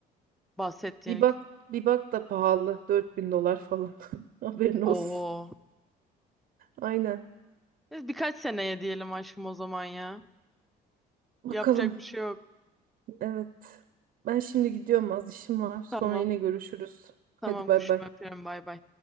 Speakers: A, in the centre; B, on the right.
A: bahsettiğin.
B: <clears throat> bir bak bir bak da pahalı. dört bin dolar falan. <laughs> Haberin olsun.
A: Oho.
B: Aynen.
A: Biz Birkaç seneye diyelim aşkım o zaman ya.
B: Bakalım.
A: Yapacak bir şey yok.
B: Evet. Ben şimdi gidiyorum az işim var. Sonra
A: Tamam.
B: yine görüşürüz. Hadi
A: Tamam
B: bay
A: kuşum
B: bay.
A: öpüyorum. Bay bay.